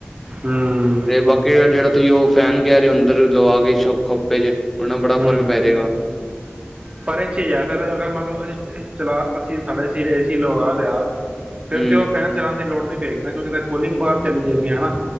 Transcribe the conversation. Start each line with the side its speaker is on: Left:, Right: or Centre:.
Right: ਹੂੰ
Centre: ਤੇ ਬਾਕੀ ਜਿਹੜਾ ਤੁਸੀਂ ਉਹ ਫੈਨ ਕ ਰ ਅੰਦਰ ਲਵਾ ਕੇ ਖੋਪੇ ਚ ਨਾਲ ਬੜਾ
Right: ਹੂੰ
Centre: ਫ਼ਰਕ ਪੈ ਜਾਏਗਾ
Right: ਪਰ ਇਹ ਚੀਜ਼ ਹੈ ਫ ਅਗਰ ਮੰਨ ਲਓ ਅਸੀਂ ਚਲਾ ਅਸੀਂ ਸਾਡੇ ਸਿਰ ਏ ਸੀ ਲੋਕ ਆ ਲਿਆ ਤਾ ਫਿਰ
Centre: ਹੂੰ
Right: ਤੇ ਉਹ ਫੈਨ ਚਲਾਉਣ ਦੀ ਲੋੜ ਨਹੀਂ। ਪੈ ਨਾ ਕਿਉਂਕਿ ਫ ਕੋਲਿੰਗ ਬਾਹਾਰ ਚਲੀ ਜਾਏਗੀ ਹਨਾ।